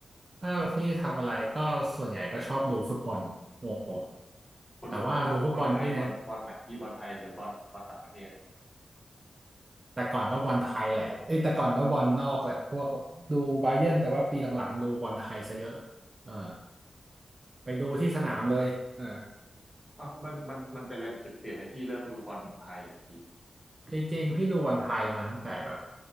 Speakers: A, on the right; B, in the centre.
A: ถ้าพี่ทำอะไรก็ส่วนใหญ่ก็ชอบดูฟุตบอลโอ้โห
B: อืมฟุตบอลบอลบอลไทยบอลบอลไหนพี่บอลไทยหรือบอลบอลต่างประเทศ
A: แต่ว่าดูฟุตบอลพี่เนี่ยแต่ก่อนก็บอลไทยแหละเอ้ยแต่ก่อนก็บอลนอกแหละพวกดูบาเยิร์นแต่ว่าปีหลังๆดูบอลไทยซะเยอะเออไปดูที่สนามเลยเออ
B: เอ้าวมันมันมันเป็นอะไรเป็นจุดเปลี่ยนให้พี่เริ่มดูบอลไทยอ่ะพี่
A: จริงๆพี่ดูบอลไทยมาตั้งแต่แบบ